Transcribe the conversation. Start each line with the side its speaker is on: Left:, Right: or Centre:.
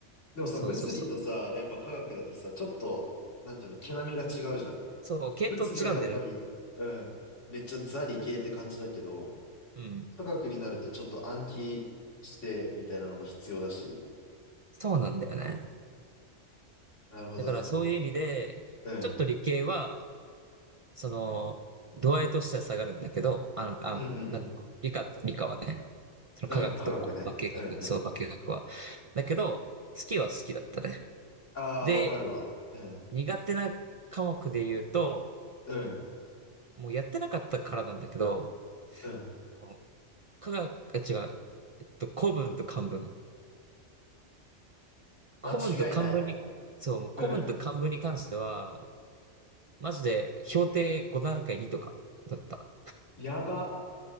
Left: でもさ、
Right: そうそうそう。
Left: 物理とさ、やっぱ科学だとさ、ちょっと、なんていうの、毛並みが違うじゃん。
Right: そう、系統違うんだよね。
Left: 物理はやっぱり、うん。めっちゃザ理系って感じだけど、
Right: うん。
Left: 科学になるとちょっと暗記してみたいなのも必要だし。
Right: そうなんだよね。
Left: なるほどね。
Right: だからそういう意味で、
Left: うん。
Right: ちょっと理系は、その、度合いとしては下がるんだけど、あの、あ、
Left: うんうんうん。
Right: なんつうの理科と、理科はね、その科学とか、
Left: うん。科学ね。
Right: 化学、
Left: うんうん。
Right: そう、化学は。だけど、好きは好きだったね。
Left: ああ、
Right: で、
Left: わかるわ。うん。
Right: 苦手な科目で言うと、
Left: うん。
Right: もうやってなかったからなんだけど、
Left: うん。
Right: この科学、あ違う、えっと、古文と漢文。
Left: 間違いない。
Right: 古文と漢文に、そう、もう古文と漢文に関しては、
Left: うん。
Right: マジで評定5段階2とかだった。
Left: やば。